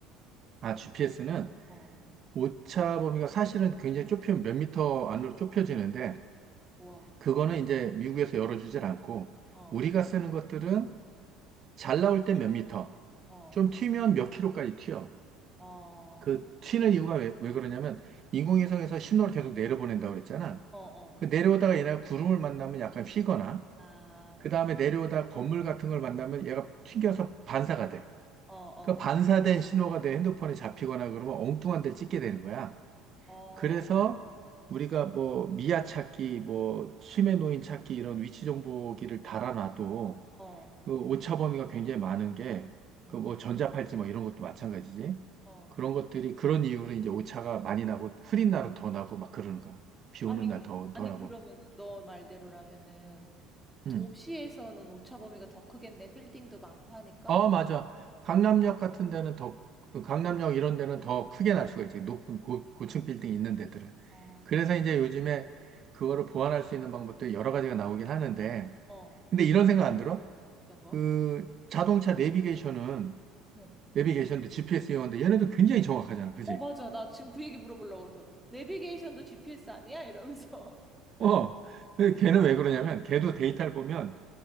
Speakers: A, on the right; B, in the centre.
A: 아, GPS는
B: 어,
A: 오차 범위가 사실은 굉장히 좁히면 몇 미터 안으로 좁혀지는데
B: 와,
A: 그거는 이제 미국에서 열어주질 않고
B: 어,
A: 우리가 쓰는 것들은 잘 나올 땐 몇 미터,
B: 어,
A: 좀 튀면 몇 킬로까지 튀어.
B: 어, 어,
A: 그 튀는 이유가 왜, 왜 그러냐면 인공위성에서 신호를 계속 내려보낸다고 그랬잖아.
B: 어, 어,
A: 그 내려오다가 얘네가 구름을 만나면 약간 휘거나
B: 아,
A: 그 다음에 내려오다 건물 같은 걸 만나면 얘가 튕겨서 반사가 돼.
B: 어, 어,
A: 그 반사된 신호가 내 핸드폰에 잡히거나 그러면 엉뚱한 데를 찍게 되는 거야.
B: 어,
A: 그래서 우리가 뭐 미아 찾기, 뭐 치매 노인 찾기 이런 위치 정보기를 달아놔도
B: 어,
A: 그 오차 범위가 굉장히 많은 게,
B: 음,
A: 그 뭐 전자팔찌 뭐 이런 것도 마찬가지지.
B: 어.
A: 그런 것들이 그런 이유로 이제 오차가 많이 나고 흐린 날은 더 나고 막 그러는 거야. 비
B: 아니,
A: 오는 날 더,
B: 아니,
A: 더 나고.
B: 그러면 너 말대로라면은 도시에서는
A: 음.
B: 오차 범위가 더 크겠네. 빌딩도 많고 하니까.
A: 어, 맞아. 강남역 같은 데는 더, 그 강남역 이런 데는 더 크게 날 수가 있지. 높은 고, 고층 빌딩 있는 데들은.
B: 어,
A: 그래서 이제 요즘에 그거를 보완할 수 있는 방법도 여러 가지가 나오긴 하는데,
B: 어.
A: 근데 이런 생각 안 들어?
B: 어떤 거?
A: 그 자동차 내비게이션은,
B: 응.
A: 내비게이션도 GPS 이용하는데 얘네도 굉장히 정확하잖아. 그치?
B: 어, 맞아. 나 지금 그 얘기 물어보려고 그래서. 내비게이션도 GPS 아니야? 이러면서.
A: 어, 근데 걔는 왜 그러냐면, 걔도 데이터를 보면